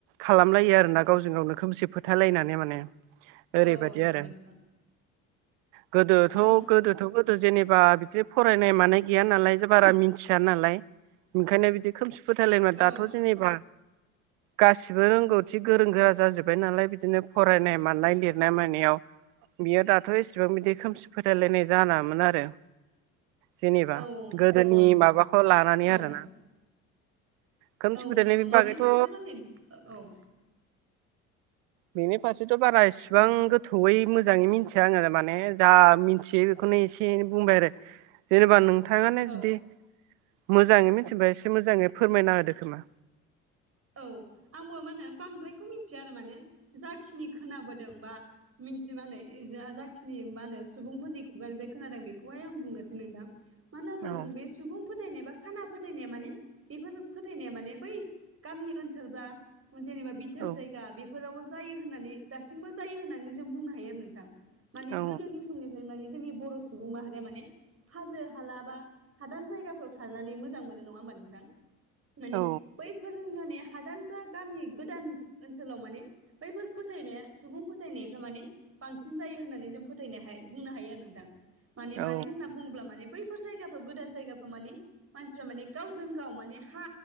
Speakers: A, on the right (about 60°); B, on the right (about 30°).
A: खालामलायो आरो ना गावजों गावनो खोमसि फोथालायनानै माने। ओरैबायदि
B: औ औ नंगौ
A: आरो
B: नोंथां।
A: गोदोथ'
B: ओं
A: गोदोथ' गोदो जेनेबा बिदि फरायनाय मानाय गैया नालाय बारा मिथिया नालाय ओंखायनो बिदि खोमसि फोथायलायबा
B: औ
A: दाथ'
B: ओं
A: जेनेबा गासिबो रोंगौथि गोरों गोरा जाजोब्बाय नालाय बिदिनो फरायनाय माननाय लिरनाय मानायाव बियो दाथ' एसेबां बिदि खोमसि फोथायलायनाय जालामोन आरो। जेनेबा
B: औ औ नंगौ
A: गोदोनि
B: नोंथां
A: माबाखौ लानानै
B: औ
A: आरोना। खोमसि
B: औ
A: फोथायनायनि
B: नंगौ
A: बागैथ'
B: माने दाथ' माने औ
A: बेनि फारसेथ' बारा इसिबां
B: औ
A: गो गोथौयै मोजांङै मिथिया आंङो माने जा मिथियो बेखौनो एसे एनै बुंबाय आरो जेनेबा नोंथांङानो
B: औ
A: जुदि मोजांङै मिथिबा एसे मोजांङै फोरमायना होदो खोमा।
B: औ आंबो मा होनो बांद्रायखौ मिथिया आरो माने जाखिनि खोनाबोदों बा मिन्थि मानो जाखिनि मा होनो सुबुंफोरनि खुगानिफ्राय खोनादों बेखौहाय आं बुंनोसै नोंथां। मानो होनोबा
A: औ
B: जों बे सुबुं फोथायनाय बा खाना फोथायनाया माने बेफोर फोथायनाया माने बै गामि ओनसोल बा जेनेबा बिथोर
A: औ
B: जायगा बे फोराव जायो होननानै दासिमबो जायो होननानै जों बुंनो हायो आरो नोंथां माने
A: औ
B: गोदोनि समनिफ्रायनो माने जोंनि बर' सुबुं माहारिया माने हाजो हाला बा हादान जायगाफ्राव थानानै मोजां मोनो नंङा होमबा नोंथां माने
A: औ
B: फोरजोंनि माने हादान बा गामि गोदान ओनसोलाव माने बैफोर फोथायनाया सुबुं फोथायनायफ्रा माने बांसिन जायो होननानै जों फोथायनाय बुंनो हायो आरो नोंथां माने
A: औ
B: मानो होनना बुङोब्ला माने बै फोर जायगाफ्राव गोदान जायगाफ्राव माने मानसिफ्रा माने गावजों गाव माने हा